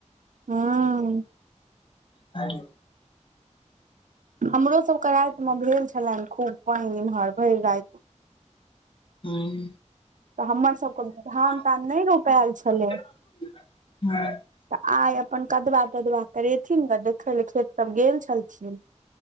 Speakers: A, on the right (about 90°); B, on the left (about 45°).
A: ह
B: आ।
A: हमरो सभके राति मे भेल छलनि खूब पाइन इमहर भरि राति
B: ह <unintelligible>
A: तऽ हमर सबके धान तान नहि रोपायल छलै तऽ आइ अपन कदवा तदवा करेथिन ग देखै लऽ खेत सब गेल छलखिन